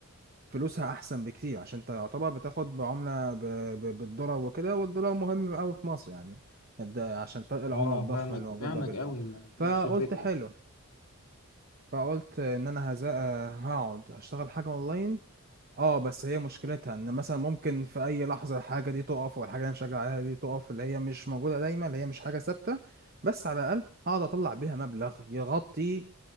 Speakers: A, on the right; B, on the left.
A: فلوسها احسن بكتير عشان انت يعتبر بتاخد بعمله ب... ب... بالدولار وكده والدولار مهم قوي في مصر يعني ده عشان فرق العمله
B: اه
A: الضخم
B: فاهمك
A: اللي موجود
B: فاهمك
A: ما بينهم
B: قوي ما-
A: فقلت
B: نفس الفكرة
A: حلو فقلت ان انا هز... هقعد اشتغل حاجه اونلاين اه بس هي مشكلتها ان مثلا ممكن في اي لحظه الحاجه دي تقف والحاجه اللي انا شغال عليها دي تقف اللي هي مش موجوده دايما اللي هي مش حاجه ثابته بس على الاقل اقعد اطلع بيها مبلغ يغطي